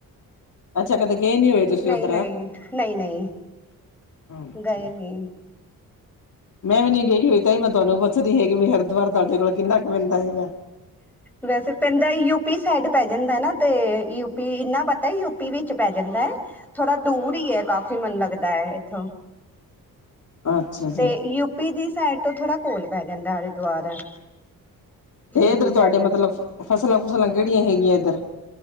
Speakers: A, on the left; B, in the centre.
A: ਅੱਛਾ ਕਦੇ ਗਏ ਨੀ ਹੋਏ। ਤੁਸੀਂ
B: ਨਈ-ਨਈ,
A: ਉੱਧਰ
B: ਨਈ-ਨਈ।
A: ਅੱਛਾ
B: ਗਏ ਨੀ।
A: ਮੈਂ ਵੀ ਨੀ ਗਈ ਹੋਈ ਤਾਂਈ ਮੈਂ ਤੁਹਾਨੂੰ ਪੁੱਛ ਦੀ ਹੈਗੀ ਵੀ ਹਰਿਦੁਵਾਰ ਤੁਹਾਡੇ ਕੋਲ ਕਿੰਨਾ ਕੁ ਪੈਂਦਾ ਹੈਗਾ।
B: ਵੈਸੇ ਪੈਂਦਾ ਯੂਪੀ ਸਾਈਡ ਪੈ ਜਾਂਦਾ ਏ ਨਾ ਤੇ ਯੂਪੀ ਇੰਨਾ ਵਟ ਏ ਯੂਪੀ ਵਿੱਚ ਪੈ ਜਾਂਦਾ ਏ ਥੋੜਾ ਦੂਰ ਈ ਏ ਕਾਫ਼ੀ ਮੈਨੂੰ ਲੱਗਦਾ ਏ ਇੱਥੋਂ।
A: ਅੱਛਾ ਜੀ
B: ਤੇ ਯੂਪੀ ਦੀ ਸਾਈਡ ਤੋਂ ਥੋੜਾ ਕੋਲ ਪੈ ਜਾਂਦਾ ਹਰਿਦੁਆਰ।
A: ਤੇ
B: ਯੂਪੀ
A: ਇੱਧਰ
B: ਸਾਈਡ
A: ਤੁਹਾਡੇ ਮਤਲਬ ਫਸਲਾਂਫੁਸਲਾਂ ਕਿਹੜੀਆਂ ਹੈਗੀਆ ਇੱਧਰ।